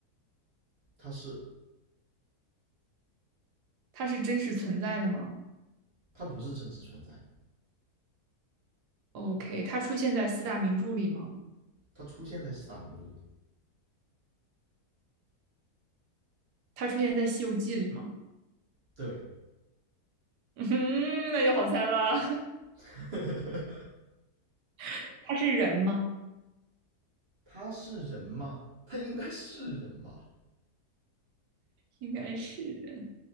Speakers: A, on the right; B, on the right.
A: 他是，
B: 他是真实存在的吗
A: 他不是真实存在的，
B: ？OK，他出现在四大名著里吗？
A: 它出现在四大名著里，
B: 他出现在《西游记》里吗？
A: 对，
B: <laughs> 嗯，那就好猜了。
A: <laughs>
B: <laughs> 他是人吗？
A: 他是人吗？他应该是人吧？
B: 应该是人，